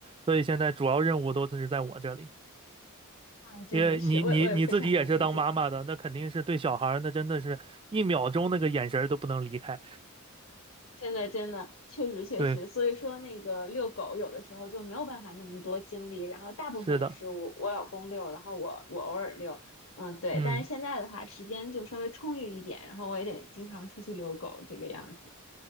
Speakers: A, on the right; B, on the left.
A: 所以现在主要任务都是在我这里。
B: 啊、真的是，
A: 因为你你你自己也是当妈妈的，
B: 我也我也非常能理解。
A: 那肯定是对小孩儿，那真的是一秒钟那个眼神儿都不能离开。
B: 真的，真的，确实，确实，
A: 对，
B: 所以说那个遛狗有的时候就没有办法那么多精力，然后大部分也是我我老公遛，
A: 是的，
B: 然后我我偶尔遛，嗯，对，
A: 嗯。
B: 但是现在的话时间就稍微充裕一点，然后我也得经常出去遛狗这个样子。